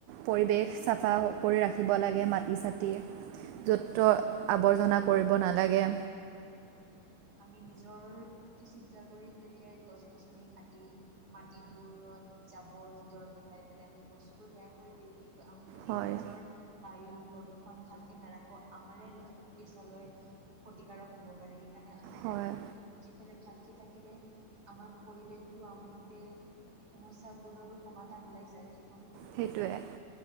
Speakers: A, on the right; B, on the right.
A: পৰিৱেশ চাফা কৰি ৰাখিব লাগে মাটি
B: সেইটোৱে
A: চাটি য'ত-ত'ত
B: আম
A: আৱৰ্জনা কৰিব নালাগে।
B: সেইটোৱে, আমি নিজৰটো চিন্তা কৰি খেলিয়াই গছ- গছনি কাটি মাটিবোৰত জাবৰ-জোঠৰ পেলাই, পেলাই আমি বস্তুবোৰ বেয়া কৰি দিওঁ। কিন্তু, আমি যদি
A: হয়
B: নিজৰ, বায়ু প্ৰদূষণ ভালকে নাৰাখো, আমাৰে পিছলৈ ক্ষতিকাৰক হ'ব পাৰে, সেইকাৰণে আমি সেইখিনি
A: হয়
B: বস্ত তু বুজি পেলাই ভালকে থাকিলে, আমাৰ পৰিৱেশটো আমাৰ গোটেই সমস্যাবোৰৰো সমাধান ওলাই যায়। সেই
A: সেইটোৱে।